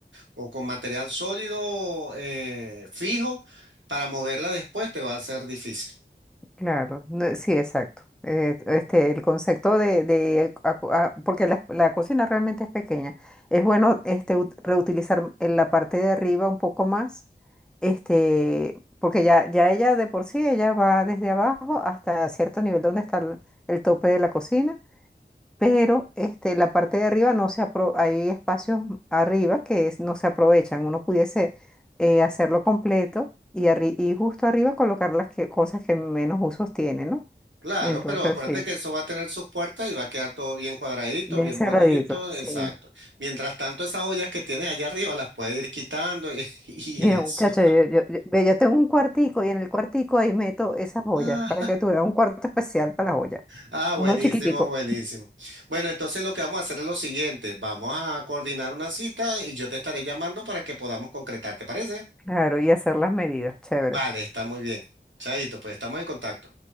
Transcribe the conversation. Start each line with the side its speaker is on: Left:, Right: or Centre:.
Right: o con material sólido eh, fijo para moverla después te va a ser difícil.
Centre: claro, no, sí, exacto. Eh, este, el concepto de, de acu- ah, porque la, la cocina realmente es pequeña. Es bueno este, ut- reutilizar en la parte de arriba un poco más, este, porque ya, ya ella de por sí, ella va desde abajo hasta cierto nivel donde está el, el tope de la cocina pero este, la parte de arriba no se apro- hay espacios arriba que es- no se aprovechan. Uno pudiese eh, hacerlo completo y, arri- y justo arriba colocar las que- cosas que menos usos tienen, ¿no?
Right: Claro,
Centre: Entonces
Right: pero acuérdate
Centre: sí,
Right: que eso va a tener sus puertas y va a quedar todo bien cuadradito,
Centre: bien
Right: bien
Centre: cerradito,
Right: bonito,
Centre: sí.
Right: exacto. Mientras tanto, esas ollas que tienes allá arriba las puedes ir quitando y, <laughs> y
Centre: Mira,
Right: eso.
Centre: muchacho, yo, yo, yo- ve, yo tengo un cuartico y en el cuartico ahí meto esas joyas
Right: Ah,
Centre: para que tuviera un cuarto especial para las joyas.
Right: ah, buenísimo,
Centre: Uno chiquitico,
Right: buenísimo. Bueno, entonces lo que vamos a hacer es lo siguiente, vamos a coordinar una cita y yo te estaré llamando para que podamos concretar, ¿te parece?
Centre: claro, y hacer las medidas, chévere.
Right: Vale, está muy bien. Chaito, pues estamos en contacto.